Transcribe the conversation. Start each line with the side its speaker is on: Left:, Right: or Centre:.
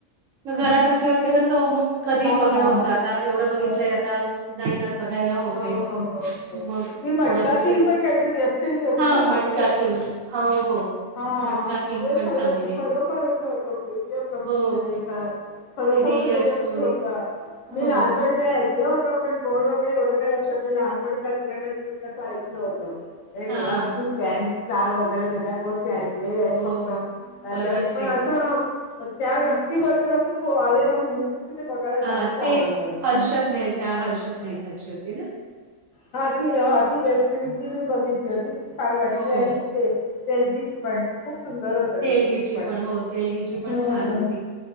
Right: मग
Left: हम्म,
Right: घरात
Left: हम्म.
Right: असल्यावरती
Left: तर-
Right: कसं मग कधी
Left: हा
Right: बघणं
Left: हा
Right: होतं आता एवढं बघितलंय
Left: हो
Right: आता नाही ना. बघायला <unintelligible>
Left: हो हो हो हो
Right: मग
Left: त मटका
Right: थोडं दुसरे
Left: थिंग पण काहीतरी <unintelligible> ना
Right: हा
Left: चांगली
Right: मटका
Left: होती
Right: किंग हो हो.
Left: हा
Right: मटका किंग
Left: खर
Right: पण चांगली आहे.
Left: खरोखर असं होतं व्हिडिओग्राफी
Right: हो
Left: म्हणजे खरोखरच
Right: रिअल
Left: तो व्यक्ती
Right: स्टोरी
Left: होता मी
Right: हो.
Left: लहानपणी मी ऐकलं होतं पण बोर्ड वगैरे एवढं काय लक्ष लहानपणी कधी ना कधीतरी असं ऐकल होत
Right: हा
Left: तेव्हा खूप गॅग स्टार वगैरे सगळ्या गोष्ट मी त्या
Right: हो,
Left: ऐकलेल्या आहेत फक्त
Right: खरंच
Left: पण
Right: आहे.
Left: अस त्या व्यक्ती ती बद्दल असं आले ना मु <unintelligible> ते बघायला
Right: हां,
Left: जास्त
Right: ते
Left: आवडतात
Right: हर्षद
Left: नाय.
Right: मेहता, हर्षद मेहताची होती ना?
Left: हां ती हां ती बे ते रेसिपी मी बघितली होती ती छान वाटली
Right: हो.
Left: आणि ते तेलची पण खूप सुंदर होती. <unintelligible>
Right: तेलगीची
Left: दोन्ही पण
Right: हो, तेलगीची पण
Left: हम्म.
Right: छान होती.